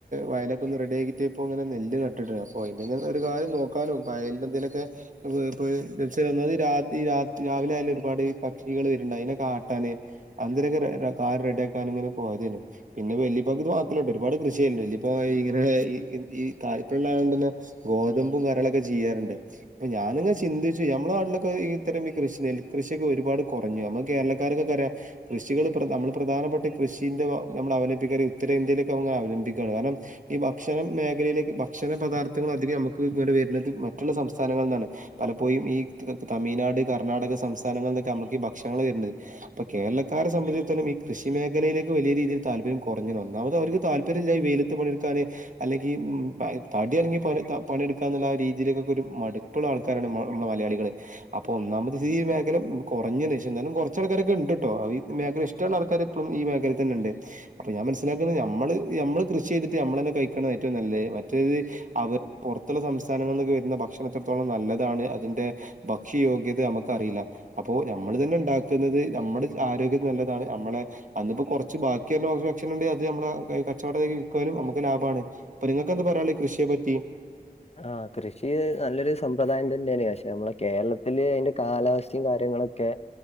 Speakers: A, on the right (about 55°); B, on the left (about 40°).
A: വയലൊക്കെ ഒന്ന് റെഡിക്കിയിട്ട ഇപ്പൊ ഇങ്ങന നെല്ട്ടിട അപ്പോ അതിനെ ഒരു കാര്യം നോക്ക നക്കാനും വയല എന്തേലുമൊക്കെ പോയി പോയി രാത്രി രാവിലെ ആയാലും ഒരുപാട് പക്ഷികള് വരുണ്ട്. അതിനെ ആട്ടാന് <unintelligible> കാർ റെഡിയാക്കാൻ ഇങ്ങനെ പോയതേനു പിന്നെ വലിപ്പക്ക് ഇത് മാത്രല്ല കേട്ടോ ഒരുപാട് കൃഷിയണ്ട്. വല്ലപ്പഇങ്ങനെ ഈ താൽപ്പര്യള്ളണ്ട്ന്നെ ഗോതമ്പും കാര്യങ്ങളൊക്കെ ചെയ്യാറുണ്ട്. അപ്പൊ ഞാനിങ്ങെ ചിന്തിച്ചു നമ്മുടെ നാട്ടിലൊക്കെ ഇത്തരം ഈ കൃഷി നെൽകൃഷിയൊക്കെ ഒരുപാട് കുറഞ്ഞു. നമ്മക്ക് കേരളക്കാരൊക്കെറിയാ. കൃഷികൾ നമ്മൾ പ്രധാനപ്പെട്ട കൃഷിന്റെ നമ്മൾ അവലംപ്പിക്കാ ഉത്തരേന്ത്യയിലേക്കെ അവ അവലംബിക്കയാണ്. കാരണം. ഈ ഭക്ഷണ മേഖലയിലേക്ക് ഭക്ഷണ പദാർത്ഥങ്ങൾ അധികം നമുക്ക് ഇങ്ങടെ വരുന്നത് മറ്റുള്ള സംസ്ഥാനങ്ങളിൽ നിന്നാണ് പലപ്പോഴും ഈ തമിഴ്നാട് കർണാടക സംസ്ഥാനങ്ങളിൽന്നൊക്കെ നമ്മുക്ക് ഈ ഭക്ഷണങ്ങൾ വരുന്നത് അപ്പൊ കേരളാരെ സംബന്ധിടത്തോം ഈ കൃഷി മേഖലയിലേക്ക് വലിയ രീതിയിൽ തില്പര്യം കുറഞ്ഞു. ഒന്നാമത് അവക്ക് താല്പര്യമില്ല. വെയിൽ ത്ത് പണിയെടുക്കാനെ അല്ലെങ്കിൽ തടി അനങ്ങി പണിയെടുക്കാന്നുള്ള ആ രീതിയിലേക്കൊക്കെ ഒരു മടുപ്പുള്ള ആൾക്കാരാണ് ഞമ്മൾ നമ്മള് മലയാളികള് അപ്പൊ ഒന്നാമത് ഈ മേഖല കൊറഞ്ഞ്ണ് പക്ഷെ എന്നാലും കൊറച്ച് ആൾക്കാരൊക്കെ ഇണ്ട്ട്ടോ ആഹ് ഈ മേഖല ഇഷ്ട്ടള്ള ആൾക്കാര് ഇപ്പം ഈ മേഖലയിൽ തന്നെണ്ട്. അപ്പോ ഞാൻ മനസ്സിലാക്കുന്നത് നമ്മള് നമ്മള് കൃഷി ചെയ്തിട്ട് നമ്മളന്നെ കഴിക്ക്ണ ഏറ്റവും നല്ലത്. മറ്റേത് അവർ പൊറത്തുള്ള സംസ്ഥാനങ്ങളില് വരുന്ന ഭക്ഷണം എത്രത്തോളം നല്ലതാണ് അത് അതിന്റെ ഭക്ഷ്യയോഗ്യത നമുക്കറീല അപ്പോ നമ്മൾ തന്നെ ഇണ്ടാക്കുന്നത് നമ്മുടെ ആരോഗ്യം നല്ലതാണ് നമ്മളെ അന്നിട്ട് കൊറച്ച് ബാക്കിവര്ണ ഭക്ഷണം ണ്ടെ അത് നമ്മളാ കച്ചവടത്തിലേക്ക് വിൽക്കാനും നമ്മക്ക് ലാഭാണ് പറി നിങ്ങക്ക് എന്താ പറയാള്ളേ ഈ കൃഷിയെ പറ്റി
B: ആഹ് കൃഷി നല്ലൊരു സമ്പ്രദായം തന്നെയാണ് പക്ഷെ നമ്മളെ കേരളത്തില് അതിന്റെ കാലാവസ്ഥയും കാര്യങ്ങളൊ ക്കെ